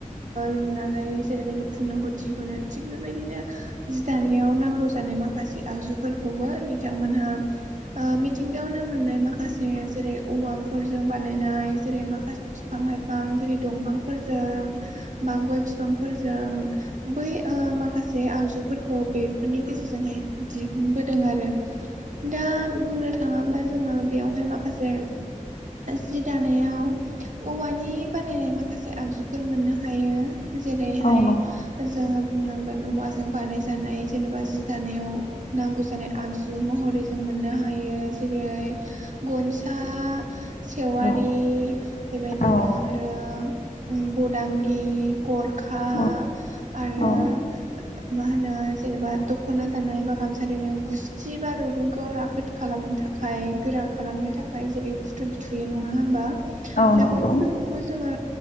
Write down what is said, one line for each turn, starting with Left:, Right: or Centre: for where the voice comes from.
Right: लुनानै जेरैबायदि खुन्दुंखौ दिहुनो। थिग बेबायदिनो जि दानायाव नांगौ जानाय माखासे आगजुफोरखौबो बिथांमोनहा मिथिंगायावनो मोननाय माखासे जेरै औवाफोरजों बानायनाय जेरै माखासे बिफां लाइफां जेरै दंफांफोरजों बा गय बिफांफोरजों बै माखासे आगजुफोरखौ बेफोरनि गेजेरजोंहाय दिहुनबोदों आरो।
Left: <unintelligible>
Right: दा बुंनो थाङोब्ला जोङो बेयावहाय माखासे जि दानायाव औवानि बानायनाय माखासे आगजुफोर मोननो हायो। जेरैहाय
Left: औ नंगौ
Right: जोङो बुंनांगोन औवाजों बानायजानाय जेनेबा जि दानायाव नांगौ जानाय आगजु महरै जों मोननो हायो। जेरै गनसा सेवारि
Left: औ
Right: बेबायदिनो
Left: औ
Right: आरो बदांगि गर खा
Left: औ
Right: आरो
Left: औ
Right: मा होनो जेनेबा दख'ना दानाय बा गामसा देनाय गुस्थि बा रुगुंखौ रा खाफोद खालामनो थाखाय गोरा खालामनो थाखाय जेरै फुथुल थुयो नङा होमबा
Left: औ
Right: दा
Left: नंगौ
Right: बे फुलखौबो जोङो